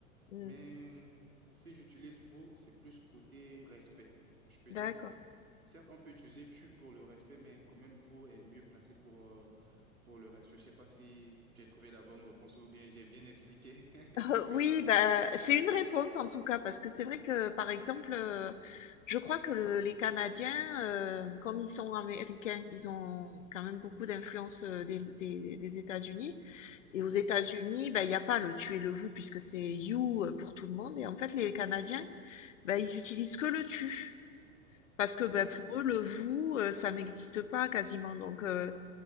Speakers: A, on the left (about 60°); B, on the right (about 80°).
A: Mm,
B: Mais hum, si j'utilise vous, c'est plus côté respect, je peux dire.
A: d'accord.
B: Certes, on peut utiliser tu pour le respect, mais quand même vous est mieux placé pour, euh, pour le respect. Je sais pas si j'ai trouvé la bonne réponse ou bien j'ai bien expliqué. <laughs>
A: Heu,
B: Tu
A: oui,
B: me dis.
A: bah, c'est une réponse en tout cas, parce que c'est vrai que, par exemple, heu, je crois que le les Canadiens, heu, comme ils sont américains, ils ont quand même beaucoup d'influence, heu, des des des États-Unis et
B: Mhm.
A: aux États-Unis, bah, il n'y a pas le tu et le vous puisque c'est you, heu, pour tout le monde et en fait les Canadiens, bah, ils utilisent que le tu. Parce que, bah,
B: Ouais.
A: pour eux, le vous, heu, ça n'existe pas quasiment donc euh,